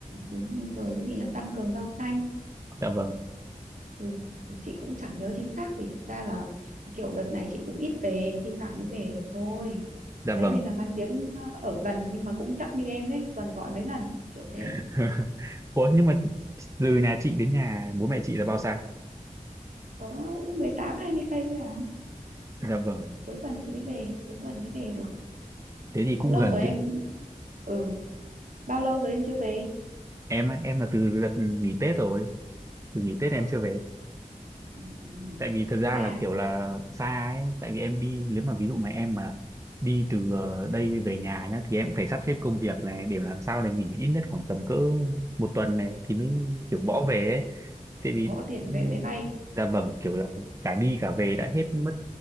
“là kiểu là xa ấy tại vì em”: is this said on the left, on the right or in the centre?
Right